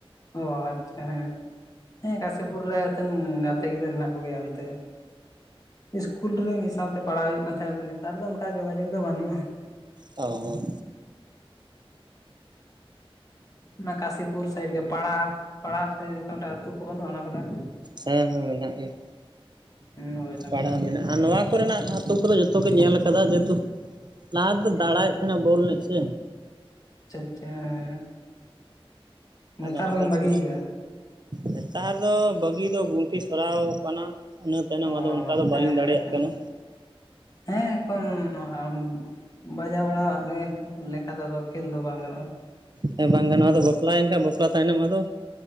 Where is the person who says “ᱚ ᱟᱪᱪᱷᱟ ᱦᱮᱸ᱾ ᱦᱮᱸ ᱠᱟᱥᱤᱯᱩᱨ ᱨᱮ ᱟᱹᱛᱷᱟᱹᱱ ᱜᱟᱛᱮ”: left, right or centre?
Left